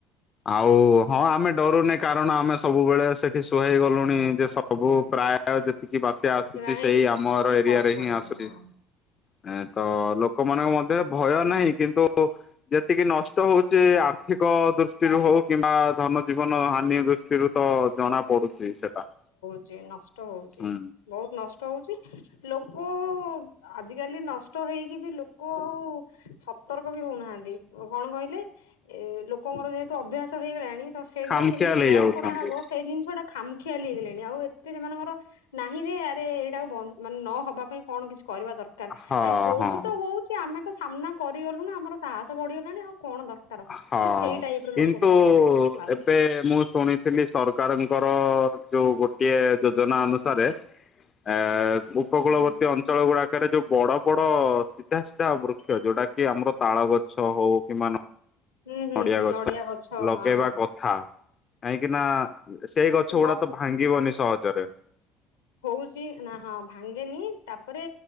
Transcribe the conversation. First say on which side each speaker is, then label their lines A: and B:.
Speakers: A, on the left; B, on the left.
A: ଆଉ ହଁ ଆମେ ଡରୁନି କାରଣ ଆମେ ସବୁବେଳେ ସେଠି ସୁହେଇ ଗଲୁଣି ଯେ ସବୁ ପ୍ରାୟ ଯେତିକି ବାତ୍ୟା
B: ସେଥିପାଇଁ
A: ଆସୁଛି ସେଇ ଆମର
B: କିଛି
A: ଏରିଆ
B: ଫରକ
A: ରେ
B: ପଡେନି
A: ହିଁ ଆସୁଛି।
B: ହଁ।
A: ଏ ତ ଲୋକମାନଙ୍କ ମଧ୍ୟରେ ଭୟ ନାହିଁ କିନ୍ତୁ ଯେତିକି ନଷ୍ଟ ହଉଛି ଆର୍ଥିକ ଦୃଷ୍ଟିରୁ ହଉ କିମ୍ବା ଧନ ଜୀବନ ହାନି ଦୃଷ୍ଟି ସେଥିରୁ ତ ଜଣା ପଡୁଛି ସେଟା।
B: ଛି ନଷ୍ଟ ହଉଛି
A: ହୁଁ
B: ବହୁତ ନଷ୍ଟ ହଉଛି ଲୋକ ଆଜିକାଲି ନଷ୍ଟ ହେଇକି ବି ଲୋ ଲୋକ ଆଉ ସତର୍କ ବି ହଉନାହାନ୍ତି କଣ କହିଲେ? ଏ ଲୋକଙ୍କର ଯେହେତୁ ଅଭ୍ୟାସ ହେଇଗଲାଣି ତ ସେଇଟାକୁ
A: ଖାମଖିଆଲ
B: କେମିତି
A: ହେଇଯାଉଛନ୍ତି
B: ବନ୍ଦ କରାହବ। ସେଇ ଜିନିଷ ଟା ଖାମଖିଆଲି ହେଇଗଲେଣି ଆଉ ଏତେ ସେମାନଙ୍କର ନାହିଁ ରେ ଆରେ ଏଇଟାକୁଵ ମାନେ ନହବା ପାଇଁ କଣ କିଛି କରିବା ଦରକାର? ଦରକାର
A: ହଁ
B: ନାଇଁ ହଉଛି
A: ହଁ
B: ତ ହଉଛି ଆମେ ତ ସାମ୍ନା କରିଗଲୁ ନା ଆମର ସାହସ ବଢିଗଲାଣି ଆଉ କଣ ଦରକାର,
A: ହଁ
B: ମାନେ ସେଇ ଟାଇପ ର
A: କିନ୍ତୁ
B: ଲୋକ ହେଇଗଲେଣି ବାସ୍
A: ଏବେ ମୁଁ ଶୁଣି ଥିଲି ସରକାରଙ୍କର ଯୋଉ ଗୋଟିଏ ଯୋଜନା ଅନୁସାରେ ଏ ଉପକୂଳବର୍ତ୍ତୀ
B: ହୁଁ
A: ଅଞ୍ଚଳ ଗୁଡା କରେ ଯୋଉ ବଡ ବଡ ସିଧା ସିଧା ବୃକ୍ଷ, ଯୋଉଟା କି ଆମର ତାଳ ଗଛ ହଉ କିମ୍ୱା
B: ହୁଁ ହୁଁ
A: ନଡିଆ
B: ହୁଁ
A: ଗଛ ଲଗେଇବା
B: ହଁ ହଁ
A: କଥା। କାହିଁକି ନା ସେ ଗଛ
B: ଗ
A: ଗୁଡା ତ ଭାଙ୍ଗିବନି ସହଜରେ।
B: ହଉଚି ନା ହଁ ଭାଙ୍ଗେନି ତାପରେ